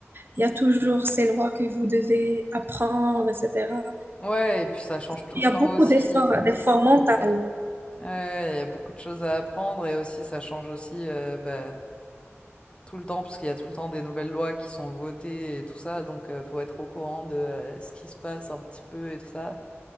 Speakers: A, on the right; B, on the left.
A: il y a toujours ces lois que vous devez apprendre, etc.
B: Ouais, et puis ça change tout
A: Il
B: le
A: y a
B: temps
A: beaucoup
B: aussi.
A: d'efforts, d'efforts mentaux.
B: Ouais, Ouais, ouais, il y a beaucoup de choses à apprendre et aussi ça change aussi euh, bah, tout le temps parce qu'il y a tout le temps des nouvelles lois qui sont votées et tout ça, donc il faut être au courant de euh, ce qui se passe un petit peu et tout ça.